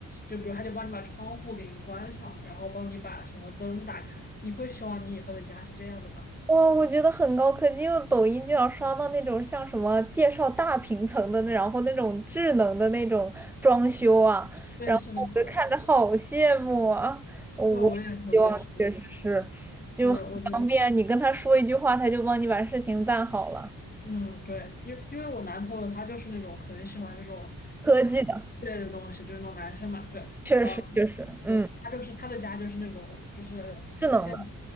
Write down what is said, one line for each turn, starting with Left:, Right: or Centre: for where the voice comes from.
Left: 就比如它就帮你把窗户给你关上了然后帮你把什么灯打开。你会希望你以后的家是这样的吗？
Centre: 哇，我觉得很高科技，因为抖音经常刷到那种像什么介绍大平层的那，然后那种智能的那种装修啊，
Left: 对，
Centre: 然后我就看着好羡慕啊！
Left: 是的，是的，
Centre: 我我也希望确实是，
Left: 对，我也是，我也是，我
Centre: 就很方便，
Left: 对，我就
Centre: 你跟他说一句话，他就帮你把事情办好了。
Left: 嗯，对，因因为我男朋友他就是那种很喜欢这种
Centre: 科技的，
Left: 类的东西，就是那种男生嘛，对，
Centre: 确实确实，
Left: 然后
Centre: 嗯，
Left: 对他就是他的家就是那种就是他现在
Centre: 智能的，